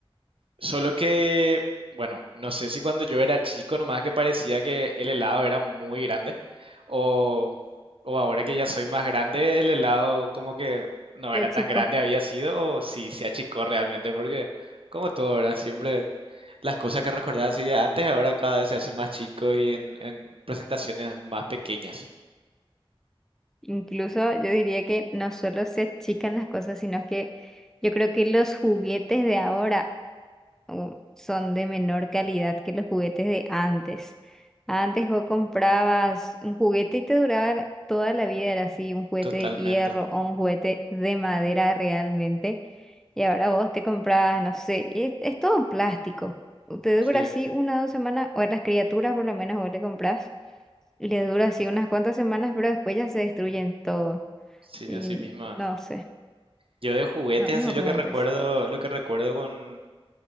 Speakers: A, on the right; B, in the centre.
A: Solo que, bueno, no sé si cuando yo era chico nomás que parecía que el helado era muy grande o, o ahora que ya soy más grande el helado como que no
B: de
A: era
B: chico.
A: tan grande había sido o si se achicó realmente porque como todo ahora siempre las cosas que recordaba así de antes ahora cada vez se hacen más chicos y en, en presentaciones más pequeñas.
B: Incluso yo diría que no solo se achican las cosas, sino que yo creo que los juguetes de ahora u- son de menor calidad que los juguetes de antes. Antes vos comprabas un juguete y te duraba toda la vida, era así, un juguete
A: Totalmente.
B: de hierro o un juguete de madera realmente. Y ahora vos te comprabas, no sé, es, es todo plástico. Te
A: Sí,
B: dura así una o dos semanas, o a las criaturas por lo menos vos le comprás, y les dura así unas cuantas semanas, pero después ya se destruyen todo.
A: sí,
B: Y
A: así mismo. es.
B: no sé,
A: Yo de juguetes
B: no, es
A: así lo
B: como
A: que
B: antes.
A: recuerdo, lo que recuerdo con